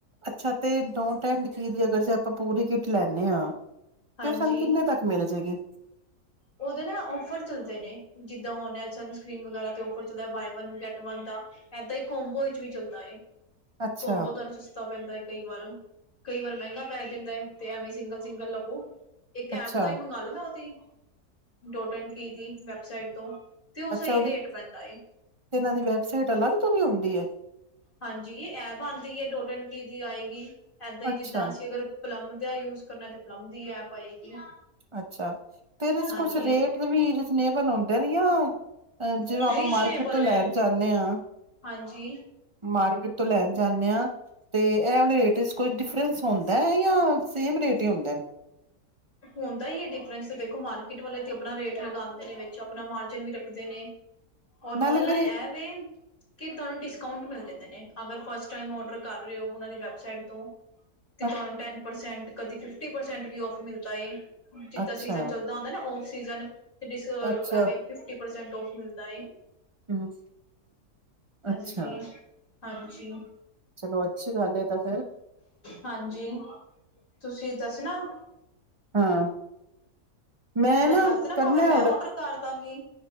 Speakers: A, on the right (about 40°); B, on the left (about 35°).
A: ਅੱਛਾ ਤੇ, ਡੋਂਟ ਐੰਡ ਕੀ ਦੀ ਅਗਰ ਆਪਾਂ ਪੂਰੀ ਕਿੱਟ ਲੈਂਦੇਂ ਹਾਂ,
B: ਹਾਂਜੀ
A: ਤੇ ਉਹ ਸਾਂਨੂੰ ਕਿੰਨੇਂ ਤੱਕ ਮਿਲ਼ ਜੇਗੀ।
B: ਉਹਦੇ ਨਾ ਔਫਰ ਚੱਲਦੇ ਨੇਂ, ਜਿੱਦਾਂ ਔਨਲਾਈਨ ਸਨਸਕ੍ਰੀਨ ਵਗ਼ੈਰਾ ਤੇ ਔਫਰ ਚੱਲਦਾ, ਬਾਏ ਵਨ ਗੈਟ ਵਨ ਦਾ। ਐਦਾਂ ਈ ਕੋਮਬੋ ਵਿੱਚ ਵੀ ਚੱਲਦਾ ਏ,
A: ਅੱਛਾ,
B: ਕੋਮਬੋ ਤੁਹਾਨੂੰ ਸ ਤਾ ਪੈਂਦਾ ਕਈ ਵਾਰ, ਕਈ ਵਾਰ ਮਹਿੰਗਾ ਪੈ ਜਾਂਦਾ ਏ, ਤੇ ਐਵੇਂ ਸਿੰਗਲ-ਸਿੰਗਲ ਲਵੋ ਇੱਕ
A: ਅੱਛਾ,
B: ਐਪ ਤੋਂ ਹੀ ਮੰਗਾਲੋ ਨਾ ਉਹਦੀ, ਡੋਟ ਐਂਡ ਕੀ ਦੀ ਵੈਬਸਾਈਟ ਤੋਂ। ਤੇ ਉਹ
A: ਅੱਛਾ
B: ਸਹੀ
A: ਉਹਦੀ
B: ਰੇਟ ਪੈਂਦਾ ਏ।
A: ਤੇ ਇਹਨਾਂ ਦੀ ਵੈਬਸਾਈਟ ਅਲੱਗ ਤੋਂ ਵੀ ਹੁੰਦੀ ਐ?
B: ਹਾਂਜੀ, ਇਹ ਐਪ ਆਂਦੀ ਏ, ਡੋਟ ਐਂਡ ਕੀ ਦੀ ਆਏਗੀ ਇਦਾਂ ਹੀ
A: ਅੱਛਾ,
B: ਜਿੱਦਾਂ ਅਸੀਂ ਅਗਰ ਪਲਮ ਦਾ ਯੂਜ ਕਰਨਾ, ਤੇ ਪਲਮ ਦੀ ਐਪ ਆਏਗੀ।
A: ਅੱਛਾ, ਤੇ ਇਹਦੇ'ਚ
B: ਹਾਂਜੀ
A: ਕੁਛ ਰੇਟ ਵੀ ਰੀਜਨੇਬਲ ਹੁੰਦੇ ਨ, ਯਾ ਅ, ਜਿਵੇਂ ਆਪਾਂ
B: ਰੀਜਨੇਬਲ
A: ਮਾਰਕੀਟ ਤੋਂ ਲੈਣ
B: ਹੈ
A: ਜਾਂਨੇ ਆਂ
B: ਹਾਂਜੀ।
A: ਮਾਰਕੀਟ ਤੋਂ ਲੈਣ ਜਾਂਨੇ ਆ, ਤੇ ਇਹ ਵਾਲੇ ਰੇਟ ਕੋਈ ਡਿਫਰੈਂਸ ਹੁੰਦਾ, ਯਾ ਸੇਮ ਰੇਟ ਹੀ ਹੁੰਦੇਨ।
B: ਹੁੰਦਾ ਈ ਹੈ ਡਿਫਰੈਂਸ, ਦੇਖੋ ਮਾਰਕੀਟ ਵਾਲੇ ਤੇ ਆਪਣਾ ਰੇਟ ਲਗਾਂਦੇ ਨੇ, ਵਿੱਚ ਆਪਣਾ ਮਾਰਜਨ ਵੀ ਰੱਖਦੇ ਨੇ। ਔਰ
A: ਨਾਲੇ
B: ਔਨਲਾਈਨ
A: ਫੇਰ ਇਹ
B: ਐਵੇ ਕਿ ਤੁਹਾਨੂੰ ਡਿਸਕਾਉਂਟ ਮਿਲ ਜਾਂਦੇ ਨੇ, ਅਗਰ ਫਸਟ ਟਾਈਮ ਔਡਰ ਕਰ ਰਹੇ ਹੋ ਉਹਨਾਂ ਦੀ ਵੈਬਸਾਈਟ ਤੋਂ।
A: ਹ
B: ਤੇ ਤੁਹਾਨੂੰ ਟੈਨ ਪਰਸੈਂਟ, ਕਦੇ ਫਿਫਟੀ ਪਰਸੈਂਟ ਵੀ ਔਫ ਮਿਲਦਾ ਏ, ਜਿਦਾਂ
A: ਅੱਛਾ,
B: ਸੀਜਨ'ਚ ਜਿਦਾਂ ਹੁੰਦਾ ਨਾ ਔਫ ਸੀਜ਼ਨ, ਐਂਵੇ
A: ਅੱਛਾ,
B: ਫਿਫਟੀ ਪਰਸੈਂਟ ਔਫ ਮਿਲਦਾ ਏ।
A: ਹੂੰ,
B: ਹਾਂਜੀ,
A: ਅੱਛਾ
B: ਹਾਂਜੀ
A: ਚਲੋ ਅੱਛੀ ਗੱਲ ਏ, ਏ ਤਾਂ ਫੇਰ
B: ਹਾਂਜੀ ਤੁਸੀਂ ਦੱਸਣਾ
A: ਹਾਂ, ''ਮੈਂ
B: ਤੁਸੀਂ ਮੈਨੂੰ
A: ਨਾ
B: ਦੱਸ ਦੇਣਾ
A: ਕਰਨਾ
B: ਭਾਵੇਂ ਮੈਂ
A: ਔਰਡਰ।
B: ਔਡਰ ਕਰ ਦਾਂਗੀ।